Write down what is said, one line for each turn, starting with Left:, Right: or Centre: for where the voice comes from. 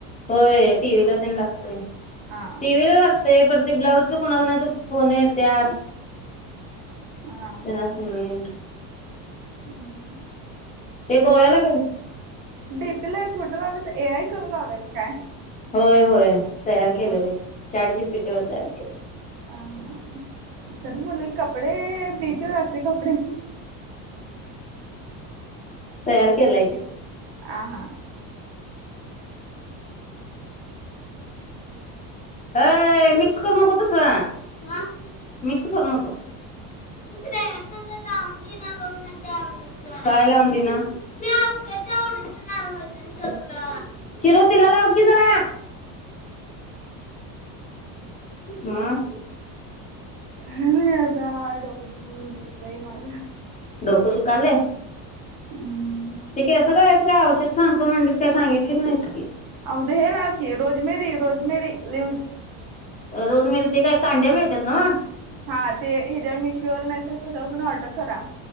Left: होय टी व्हीला तेन लागतोय.
Right: हा
Left: टीव्ही ला लागतंय परत ते ब्लाऊजच कोणाकोणाचं फोन येत्यात.
Right: हा
Left: त्यांनाच नाही.
Right: हम्म, हम्म‌
Left: ते गोव्याला गेलतो.
Right: डीपीला फोटो लावल्यात ते एआय करून लावलंय का काय?
Left: होय, होय. तयार केलेलं
Right: हा
Left: आहे. चॅट जीटीपीवर तयार केलंय.
Right: हा, हा. तरी म्हटलं कपडे बीचवर असले कपडे
Left: तयार केलाय ते.
Right: आ हा.
Left: अय मिक्स करू नको तस. का? मिक्स करू नकोस. मला लावून दिना बघ माझ्या आवडीच. काय लावुन दिना? आपल्याचं आवडीच लावल्या सगळं. शिरु तीला लाव की जरा. मग?
Right: काय नाही आता डोकं दुखतयं माझं.
Left: डोकं दुखालय
Right: हम्म
Left: ते केसं कळायचं काय औषध? सांगतो म्हणलीस काय सांगितलीसच नाहीस. की.
Right: अगं ते हे लाव की rosemary rosemary leaves
Left: rosemary ते काय? कांड्या मिळत्यात नव्हं?
Right: हा ते हेज्यावर मीशोवर नाही तर कशावर पण ऑर्डर करा.